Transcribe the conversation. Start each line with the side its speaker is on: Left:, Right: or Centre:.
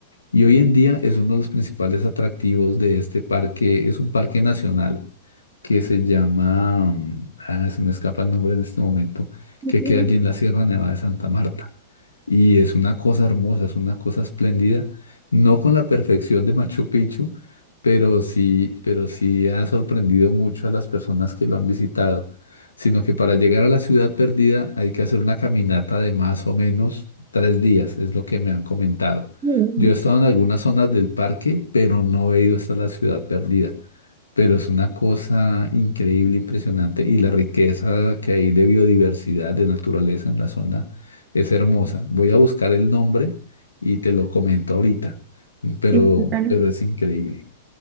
Left: Y hoy en día es uno de los principales atractivos de este parque. Es un parque nacional que se llama, mm, ah, se me escapa el nombre en este momento,
Right: Ujú,
Left: que queda allí en la Sierra Nevada de Santa Marta. Y es una cosa hermosa, es una cosa espléndida, no con la perfección de Machu Picchu, pero sí, pero sí ha sorprendido mucho a las personas que lo han visitado. Sino que para llegar a la ciudad perdida hay que hacer una caminata de más o menos tres días, es lo que me han comentado.
Right: muy
Left: Yo he estado en algunas zonas del parque, pero no he ido hasta la ciudad perdida pero es una cosa increíble, impresionante, y la riqueza que hay de biodiversidad, de naturaleza en la zona es hermosa. Voy a buscar el nombre y te lo comento ahorita, pero,
Right: bien.
Left: pero es increíble.